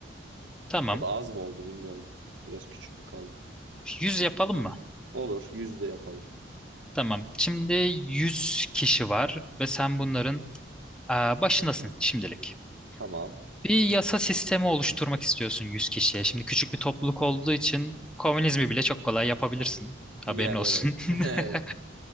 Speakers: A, in the centre; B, on the right (about 90°).
A: Tamam.
B: Ya da az mı oldu bilmiyorum. Biraz küçük mü kaldı?
A: yüz yapalım mı?
B: Olur. yüz de yapalım.
A: Tamam. Şimdi 100 kişi var ve sen bunların aa, başındasın şimdilik.
B: Tamam.
A: Bir yasa sistemi oluşturmak istiyorsun 100 kişiye. Şimdi küçük bir topluluk olduğu için komünizmi bile çok kolay yapabilirsin.
B: <laughs> Yani
A: Haberin olsun.
B: evet. <laughs>
A: <laughs>